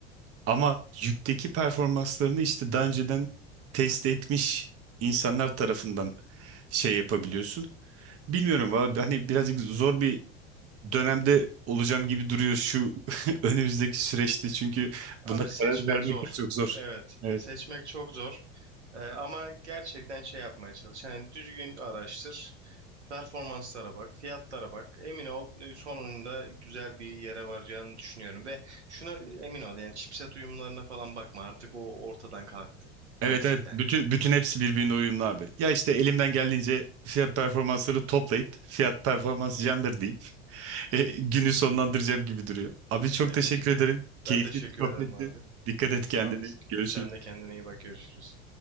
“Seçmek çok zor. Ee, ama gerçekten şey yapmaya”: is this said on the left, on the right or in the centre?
Right